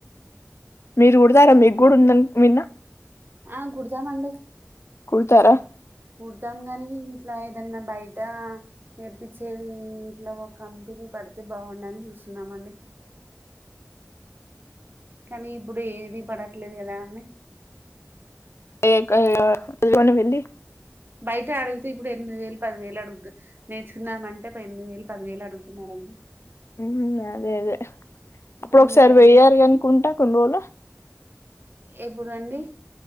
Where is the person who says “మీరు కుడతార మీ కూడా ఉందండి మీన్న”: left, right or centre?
Left